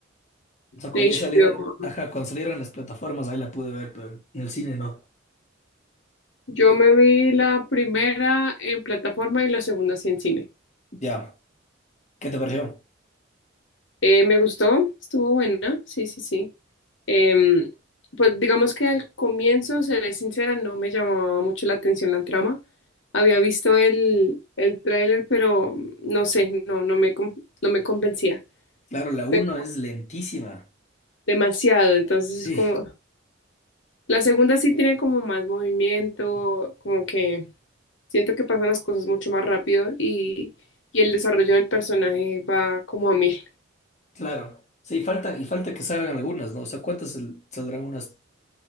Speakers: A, on the left (about 35°); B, on the left (about 70°).
A: O sea, cuando
B: En HBO.
A: ya salieron, ajá, cuando salieron en las plataformas, ahí la pude ver, pero en el cine no.
B: Yo me vi la primera en plataforma y la segunda sí en cine.
A: Ya, ¿qué te pareció?
B: Eh, me gustó, estuvo buena, sí, sí, sí. Em, pues digamos que al comienzo, seré sincera, no me llamaba mucho la atención la trama. Había visto el, el tráiler, pero no sé, no, no me, con- no me convencía.
A: Claro, la uno
B: Pero
A: es lentísima.
B: demasiado, entonces
A: Sí,
B: es como... La segunda sí tiene como más movimiento, como que... Siento que pasan las cosas mucho más rápido y, y el desarrollo del personaje va como a mil.
A: Claro. Sí, falta, y falta que salgan algunas, ¿no? O sea, ¿cuántas sal- saldrán? Unas